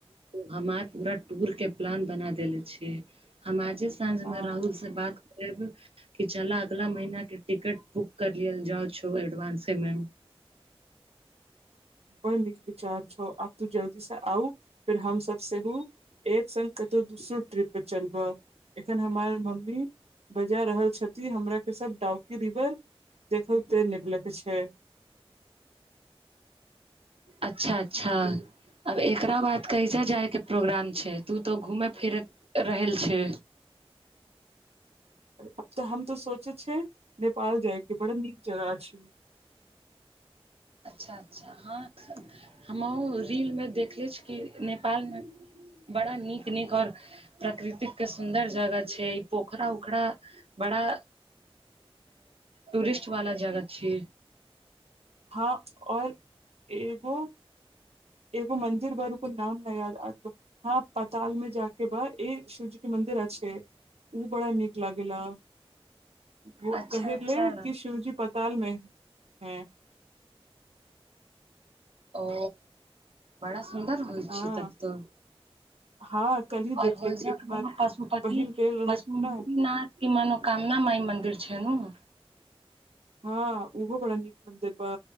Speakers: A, on the right; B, on the right.
A: हमार पूरा टूर के प्लान बना देले छिय हम आजे सऽ साँझमे
B: हँ
A: राहुल से बात कि चलय अगला महिीना के टिकट बुक कर लिय जा छै एडवानंसे मे
B: बड़ नीक विचार छ आब तू जल्दी से आउ फेर हम सब सेहू एक संग कतहु दूसरो ट्रिप पर चलबह एखन हमर मम्मी बजा रहल छथि हमरा के सब डउकी रिवर देखलते निभलक छै
A: अच्छा अच्छा आब एकरा बाद कैजाय जाय के प्रोग्राम छै तू तऽ घूमे फिरे रहल छै
B: अब तऽ हम तो सोचे छियै नेपाल जायके बड़ा नीक जगह छै
A: अच्छा अच्छा हँ हमहुँ रीलमे देखले छी कि नेपालमे बड़ा नीक नीक आऔर प्रकृतिक के सुन्दर जगह छै ई पोखरा उखरा बड़ा टूरिस्ट वाला जगह छिये
B: हँ और एगो एगो मंदिर भरू कऽ नाम नऽ याद आतो हँ पताल में जाक ब ए शिवजी के मन्दिर अच्छे ओ बड़ा नीक लागेेला वो
A: अच्छा
B: कहहि
A: अच्छा
B: ले कि शिवजी पताल मे हैं
A: ओ बड़ा सुन्दर होइ
B: हँ
A: छै तब तऽ
B: हँ कल्हि
A: ओर
B: देखले
A: होइज
B: एक हमार
A: पशुपति
B: बहिन गेल रहे
A: पशुपति
B: ने
A: नाथ की मनोोकामना माइ मन्दिर छै नऽ
B: हँ ओहो बड़ा नीक मन्दिर बा